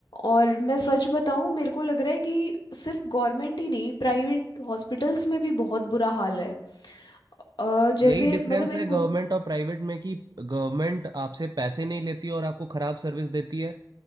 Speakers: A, on the left; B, on the right.
A: और मैं सच बताऊं मेरे को लग रहा है कि सिर्फ गवर्नमेंट ही नहीं प्राइवेट हॉस्पिटल्स में भी बहुत बुरा हाल है अ, जैसे
B: यही डिफरेंस
A: मतलब एक
B: है गवर्नमेंट
A: हो-
B: और प्राइवेट में कि गवर्नमेंट आपसे पैसे नहीं लेती और आपको खराब सर्विस देती है